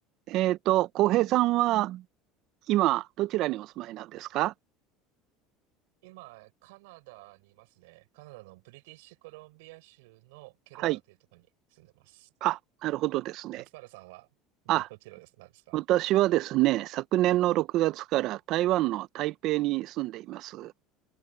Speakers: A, on the right (about 55°); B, on the right (about 85°).
A: えっと、浩平さんは今、どちらにお住まいなんですか
B: 今、カナダにいますね。カナダのブリティッシュコロンビア州のケローナというところに住んでます。
A: はい。あ、なるほどですね。
B: 松原さんはど、
A: あ、
B: どちらです、なんですか
A: 私はですね、昨年の6月から台湾の台北に住んでいます。